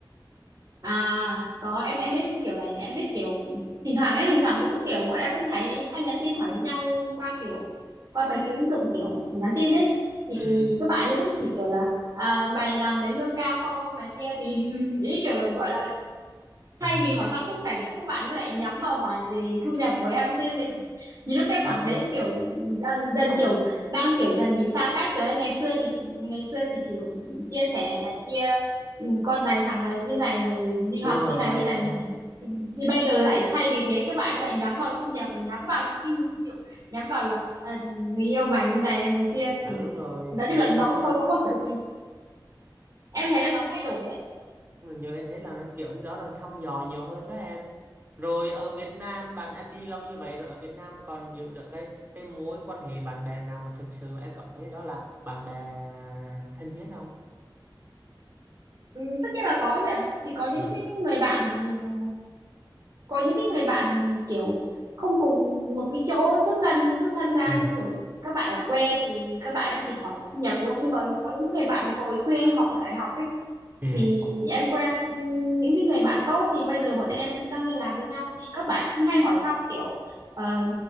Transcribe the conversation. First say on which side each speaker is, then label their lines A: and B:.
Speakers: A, on the right; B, on the right.
A: À có em em biết kiểu này này em biết kiểu thỉnh thoảng ấy thỉnh thoảng cũng kiểu bọn em cũng hay hay nhắn tin hỏi nhau qua kiểu qua mấy cái ứng dụng kiểu nhắn tin ấy thì
B: ừ
A: các bạn ấy cũng chỉ kiểu là à, mày làm lấy lương cao không này kia thì <laughs> ý kiểu là gọi là thay
B: à,
A: vì hỏi thăm sức khỏe thì các bạn lại nhắm vào hỏi về thu nhập của em thế nên mình nhiều lúc em
B: ờ,
A: cảm thấy kiểu dần dần
B: không
A: kiểu đang kiểu dần bị xa cách rồi ấy. ngày xưa thì ngày xưa thì kiểu chia sẻ này kia ừ, con này thằng này như này rồi đi
B: đúng
A: học
B: rồi
A: như này như này thì, thì bây giờ lại thay vì thế các bạn lại nhắm vào thu nhập rồi nhắm vào những cái kiểu, nhắm vào là à, người yêu mày như này như kia
B: à,
A: thì
B: đúng rồi
A: nói chung
B: giờ
A: là nó
B: thăm
A: cũng có có một sự em thấy là nó thay đổi ấy
B: giờ em thấy là kiểu đó là thăm dò nhiều hơn đó em rồi ở Việt Nam bạn em đi lâu như vậy rồi ở Việt Nam còn giữ được cái cái mối quan hệ bạn bè nào mà thực sự em cảm thấy đó là bạn bè thân thiết không
A: Ừ, tất nhiên là có rồi ạ thì có những
B: ừ
A: cái người bạn ừ, có những cái người bạn kiểu không cùng một cái chỗ xuất thân xuất thân ra
B: ừ
A: như kiểu các bạn ở quê thì các bạn ấy chỉ hỏi thu nhập đúng không nhưng mà có những người bạn mà hồi xưa em học ở đại học ấy
B: ừ
A: thì em quen những cái người bạn tốt thì bây giờ bọn em vẫn đang liên lạc với nhau thì các bạn cũng hay hỏi thăm kiểu ờ,